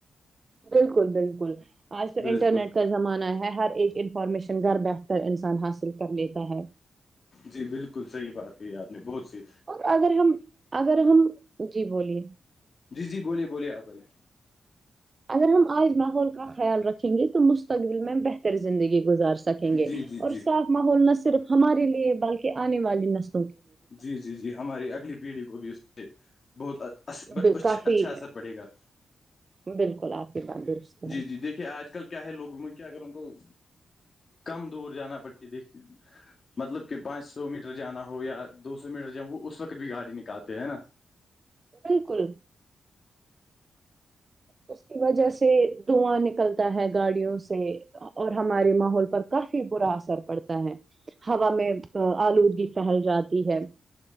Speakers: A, on the right (about 40°); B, on the left (about 50°).
A: بالکل بالکل آج تو
B: بالکل
A: انٹرنیٹ کا زمانہ ہے ہر ایک انفارمیشن گھر بیٹھے انسان حاصل کر لیتا ہے
B: جی بالکل صحیح بات کہی آپ نے بہت سی
A: اور اگر ہم اگر ہم جی بولیے
B: جی جی بولیے بولیے آپ بولے
A: اگر ہم آج ماحول کا خیال رکھیں گے تو مستقبل میں بہتر زندگی گزار سک سکیں گے
B: جی جی
A: اور
B: جی
A: صاف ماحول نہ صرف ہمارے لیے بلکہ آنے والی نسل
B: جی جی جی ہماری اگلی پیڑھی کو بھی اس سے بہت
A: ہے ب-
B: اچھا
A: کافی
B: اچھا اثر پڑے گا
A: بالکل آپ ہے
B: جی جی دیکھیے آج کل کیا ہے لوگوں میں کیا اگر ان کو کم دور جانا پڑتا یہ دیکھ مطلب کہ پانچ سو میٹر جانا ہو یا دو سو میٹر ہو اس وقت بھی گاڑی نکالتے ہے نا
A: بالکل اس کی وجہ سے دھواں نکلتا ہے گاڑیوں سے اور ہمارے ماحول پر کافی برا اثر پڑتا ہے ہوا میں آلودگی پھیل جاتی ہے